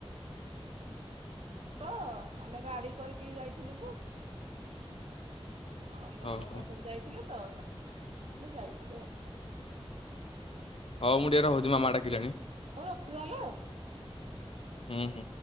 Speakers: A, on the right; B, on the left.
A: ତ ଆମେ ଗାଡି କରିକି ଯାଇଥିଲୁୁବୁ। ନଣନ୍ଦ
B: ଓହୋ
A: ହେରିକା ସବୁ ଯାଇଥିଲେ ତ ଯାଇଥିଲୁ ଆଉ।
B: ହଉ ମୁଁ ଟିକେ ରହୁଛି, ମାମା ଡାକିଲେଣି।
A: ହଉ ରଖିଲାଲେ
B: ହୁଁ ହୁଁ।